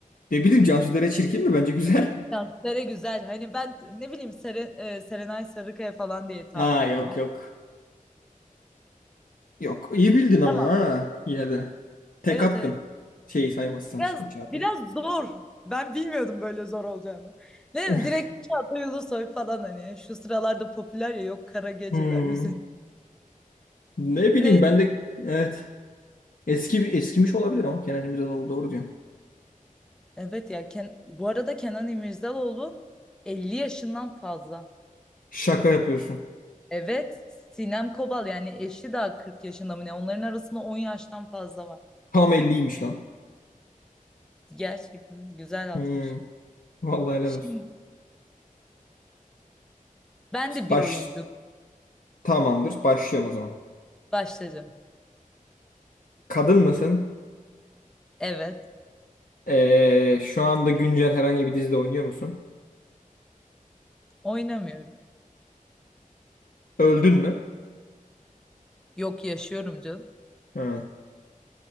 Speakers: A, on the left; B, in the centre.
A: Ne bileyim Cansu Dere çirkin mi? Bence güzel.
B: Ya Sere güzel. Hani ben ne bileyim Sere, e, Serenay Sarıkaya falan diye tahmin
A: <laughs> Aa
B: ettim.
A: yok
B: ama.
A: yok. Yok iyi bildin ama
B: Tamam.
A: ha yine de. Tek
B: Evet
A: attın.
B: evet.
A: Şeyi saymazsan
B: Biraz
A: işte Çağatay.
B: biraz zor. Ben bilmiyordum böyle zor olacağını. Ne bileyim
A: <laughs>
B: direkt Çağatay Ulusoy falan hani şu sıralarda popüler ya yok kara geceler
A: Hmm.
B: üzeri.
A: Ne bileyim
B: Neyse.
A: ben de evet. Eski bir eskimiş olabilir ama Kenan İmirzalıoğlu doğru diyorsun.
B: Evet ya Ken- bu arada Kenan İmirzalıoğlu 50 yaşından fazla.
A: Şaka yapıyorsun.
B: Evet, Sinem Kobal yani eşi daha 40 yaşında mı ne? Onların arasında 10 yaştan fazla var.
A: Tam 50'ymiş lan.
B: Gerçekten güzel
A: Hmm.
B: atmış.
A: Vallahi helal
B: Şimdi
A: olsun.
B: ben de
A: Baş
B: bir oyuncu
A: tamamdır. Başlıyorum o zaman.
B: başlayacağım.
A: Kadın mısın?
B: Evet,
A: Ee, şu anda güncel herhangi bir dizide oynuyor musun?
B: oynamıyorum.
A: Öldün mü?
B: Yok yaşıyorum canım.
A: Hı.